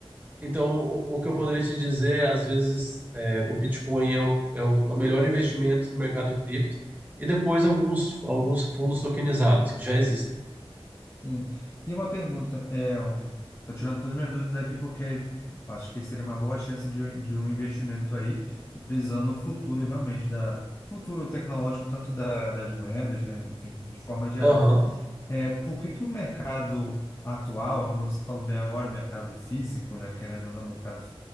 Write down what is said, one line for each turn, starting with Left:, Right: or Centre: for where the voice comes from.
Right: Então, o, o que eu poderia te dizer, é, às vezes, é, o Bitcoin é o, é o, é o melhor investimento no mercado cripto, e depois alguns, alguns fundos tokenizados que já existem.
Left: sim. E uma pergunta, é, estou tirando todas as minhas dúvidas aqui porque acho que seria uma boa chance de, um- de um investimento aí, visando o futuro realmente da futuro tecnológico, tanto da, das moedas, né, enfim, de forma geral.
Right: Aham,
Left: É, por que que o mercado atual, como você falou bem agora, o mercado físico, né, querendo ou não, o mercado